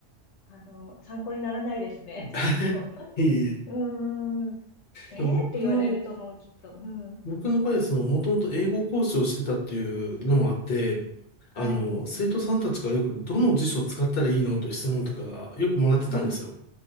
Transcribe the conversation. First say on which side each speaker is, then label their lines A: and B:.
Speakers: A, on the left; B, on the left.
A: あの、参考にならないですね。
B: <laughs>
A: きっと <laughs>
B: いえいえ
A: うーん。えーって言われると思う、
B: でも僕の、
A: きっと。うん。
B: 僕の場合はその、もともと英語講師をしてたっていうのもあって、
A: はい。
B: あの、生徒さんたちからよくどの辞書を使ったらいいのという質問とかよくもらってたんですよ。
A: うん。